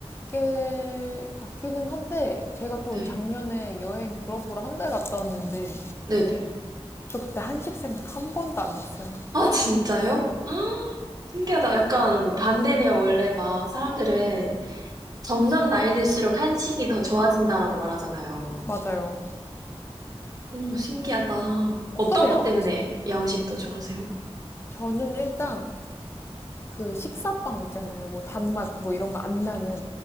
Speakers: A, on the left; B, on the right.
A: 꽤 같기는 한데 제가 또
B: 네,
A: 작년에 여행 유럽으로 한 달 갔다 왔는데
B: 네네.
A: 저 그때 한식 생각 한 번도 안 났어요.
B: 아, 진짜요? 아, 신기하다. 약간 반대네요. 원래 막 사람들은 점점 나이 들수록 한식이 더 좋아진다라고 말하잖아요.
A: 맞아요.
B: 오, 신기하다.
A: 어떠세요?
B: 어떤 것 때문에
A: 한식?
B: 양식 더 좋아하세요?
A: 저는 일단 그 식사빵 있잖아요. 뭐 단맛 뭐 이런 거 안 나는